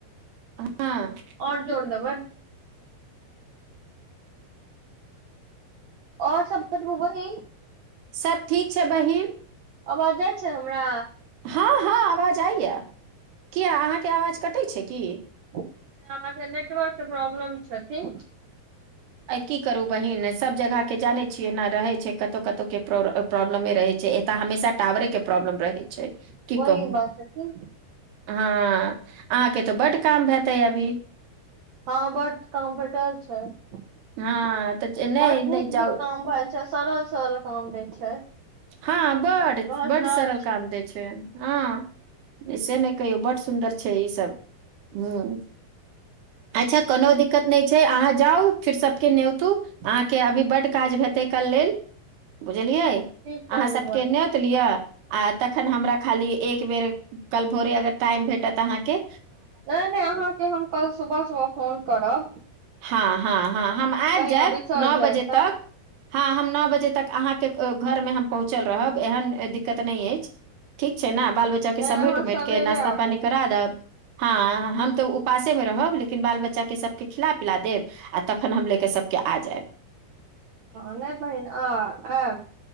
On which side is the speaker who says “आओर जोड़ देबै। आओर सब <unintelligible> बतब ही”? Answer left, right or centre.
Right